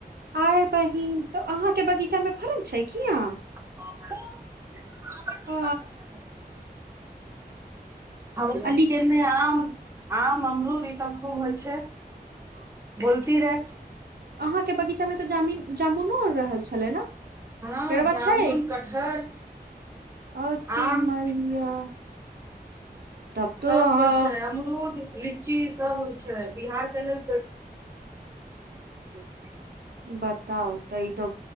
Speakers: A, on the right; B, on the right.
A: आय बहिन तऽ अहाँ केँ बगीचा मे फरल छै की आम।
B: <inaudible>
A: अ
B: पता है आब
A: आ लीच
B: बिकेरने आउ आम अमरूद ई सब खूब होइ छै बोलती रै
A: अहाँकेँ बगीचा मे तऽ जामीन जामुनो आर रहल छलै नऽ
B: हँ
A: पेरवा
B: जामुन
A: छै
B: कटहर
A: अ की
B: आम
A: मैया। तब तो
B: सब
A: अहाँ
B: होइ छै अमरूद लीची सब होइ छै बिहार केँ लेल। <unintelligible> <unintelligible>
A: बताउ तऽ ई तो